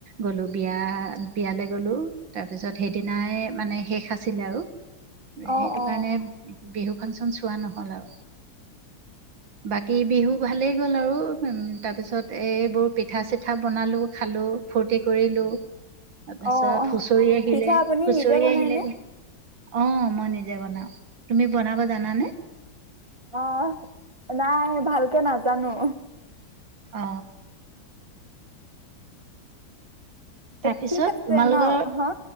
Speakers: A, on the right; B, on the right.
A: গলো, বিয়া বিয়ালৈ গ'লো, তাৰপিছত সেইদিনাই মানে শেষ আছিলে আৰু
B: অ
A: সেইটো
B: অ
A: কাৰণে। বিহু ফাংচন চোৱা নহল আৰু। বাকী বিহু ভালেই। গ'ল আৰু তাৰপিছত এইবোৰ পিঠা চিঠা বনালোঁ, খালোঁ, ফূৰ্তি কৰিলো। তাৰপিছত
B: অ অ
A: হুচৰি আহিলে,
B: পিঠা আপুনি
A: হুচৰি
B: নিজে বনাই
A: আহিলে
B: নে?
A: <unintelligible> অ, মই নিজে বনাও। তুমি বনাব জানানে?
B: অ, নাই, ভালকে নাজানো।
A: অ। তাৰপিছত
B: ঠিক আছে
A: তোমালোকৰ
B: ন, হা,